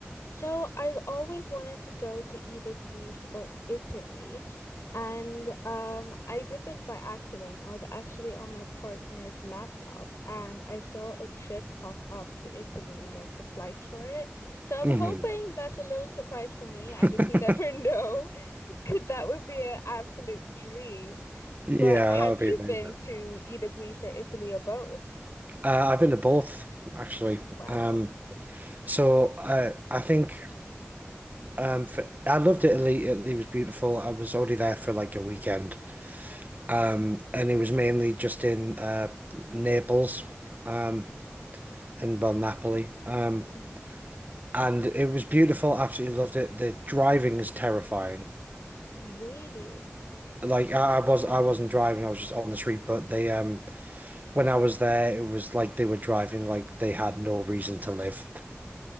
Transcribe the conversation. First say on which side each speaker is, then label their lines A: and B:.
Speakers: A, on the left; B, on the right.
A: So I've always wanted to go to either Greece or Italy. And um, I did this by accident. I was actually on my partner's laptop and I saw a trip pop up to Italy, like the flights for it. So I'm
B: hmm
A: hoping that's a little surprise for me. I
B: <laughs>
A: just never <laughs> know because that would be an absolute dream.
B: Yeah,
A: But have
B: that would
A: you
B: be amazing.
A: been to either Greece or Italy or both?
B: Uh, I've been to both actually.
A: Wow.
B: Um, so I I think um, for, I loved Italy. Italy was beautiful. I was already there for like a weekend, um, and it was mainly just in uh, Naples, um, and well Napoli. Um,
A: Mhm.
B: and it was beautiful. Absolutely loved it. The driving is terrifying.
A: Really?
B: Like I, I was, I wasn't driving. I was just on the street. But they, um, when I was there, it was like they were driving like they had no reason to live.